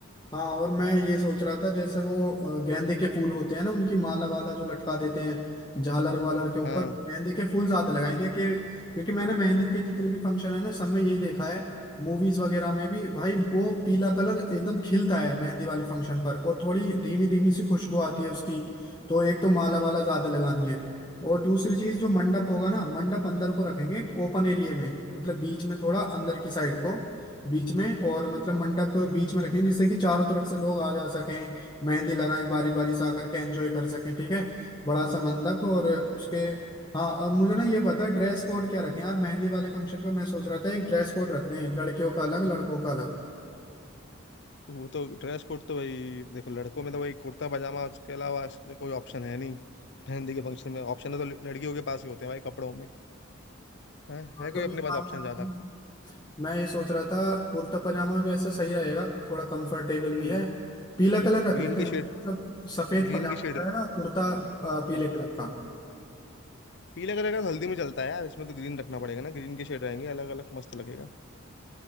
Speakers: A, on the left; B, on the left.
A: हाँ और मैं ये सोच रहा था जैसे वो अ, गेंदे के फूल होते हैं ना उनकी माला वाला जो लटका देते हैं झालर वालर के ऊपर
B: हाँ
A: गेंदे के फूल ज्यादा लगाएंगे कि क्योंकि मैंने मेहंदी के जितने भी फंक्शन है ना सब में यही देखा है मूवीज वगैरह में भी भाई वो पीला कलर एकदम खिलता है मेहंदी वाले फंक्शन पर और थोड़ी धीमी धीमी सी खुशबू आती है उसकी तो एक तो माला वाला ज्यादा लगानी है और दूसरी चीज जो मंडप होगा ना मंडप अंदर को रखेंगे ओपन एरिया में मतलब बीच में थोड़ा अंदर की साइड को बीच में और मतलब मंडप बीच में रखें जिससे कि चारों तरफ से लोग आ जा सकें मेहंदी लगाएं बारी बारी से आकर के एंजॉय कर सकें ठीक है बड़ा सा मंडप और उसके हाँ अब मुझे ना ये बता ड्रेस कोड क्या रखें यार मेहंदी वाले फंक्शन पे मैं सोच रहा था एक ड्रेस कोड रखते हैं लड़कियों का अलग लड़कों का अलग
B: तो वो तो ड्रेस कोड तो भाई देखो लड़कों में तो भाई कुर्ता पजामा उसके अलावा ऐसे कोई ऑप्शन है नहीं मेहंदी के फंक्शन में ऑप्शन है तो ल- लड़कियों के पास ही होते हैं भाई कपड़ों में है,
A: हाँ,
B: है कोई
A: तो
B: अपने
A: एक
B: पास
A: काम
B: ऑप्शन
A: करते
B: ज्यादा
A: हैं मैं ये सोच रहा था कुर्ता पजामा भी ऐसा सही रहेगा थोड़ा कंफर्टेबल
B: हम्म
A: भी है पीला
B: वही
A: कलर
B: तो
A: रख
B: ग्रीन
A: लेते
B: के
A: हैं मतलब
B: शेड
A: सफेद
B: ग्रीन
A: पजामा
B: के शेड
A: रहेगा कुर्ता अ, पीले
B: हाँ
A: कलर का
B: पीले कलर का तो हल्दी में चलता है यार इसमें तो ग्रीन रखना पड़ेगा ना ग्रीन के शेड रहेंगे अलग अलग मस्त लगेगा